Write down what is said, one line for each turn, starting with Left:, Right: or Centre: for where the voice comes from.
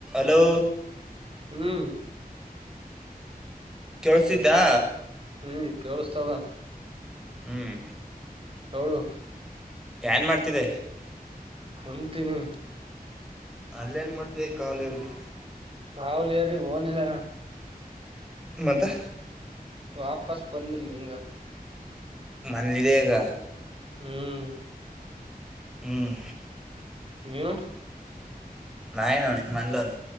Centre: ಹಲೋ.
Right: ಹ್ಮ್.
Centre: ಕೇಳಸಿದಾ.
Right: ಹ್ಮ್ ಕೇಳಸ್ತದ.
Centre: ಹ್ಮ್
Right: ಹೌಳು.
Centre: ಏನ್ ಮಾಡ್ತಿದೆ.
Right: ಕುಂತೀನಿ.
Centre: ಅಲ್ಲೇನ್ ಮಾಡ್ತಿ ಕಾಲಲ್ಲಿ
Right: ಹಾವಲ್ರಿ ಓನಿಲ್ಲ.
Centre: ಮತೆ
Right: ವಾಪಸ್ ಬಂದ್ರಿ ನಿಂಗ.
Centre: ಮನೆಯಲ್ಲಿದ್ದೀನಿ ಈಗ
Right: ಹ್ಮ್.
Centre: ಹ್ಮ್
Right: ನೀನ
Centre: ನಾಯನುೋ ನೀ ಮನಲ